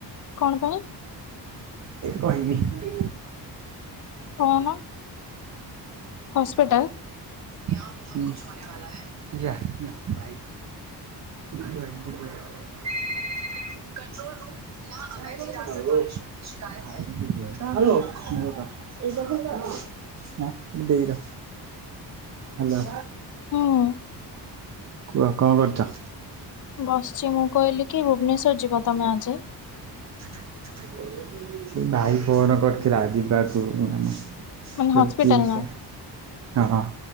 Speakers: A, on the left; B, on the right.
A: କଣ ପାଇଁ?
B: କହିବିି।
A: କହୁନ। ହସ୍ପିଟାଲ୍।
B: <unintelligible> <unintelligible> <unintelligible> <unintelligible> ଦେଇର। ହାଲୋ।
A: ହୁଁ।
B: କୁହ କଣ କରୁଛ?
A: ବସଚି ମୁଁ କହିଲି କି ଭୁବନେଶ୍ଵର ଯିବ ତମେ ଆଜି?
B: <inaudible> ସେ ଭାଇ ଫୋନ୍ କରିଥିଲା ଯିବାକୁ ମାନେ
A: ମାନେ
B: ତେଣୁ
A: ହସ୍ପିଟାଲ
B: ପିଇସା
A: ନା
B: ହଁ ହଁ।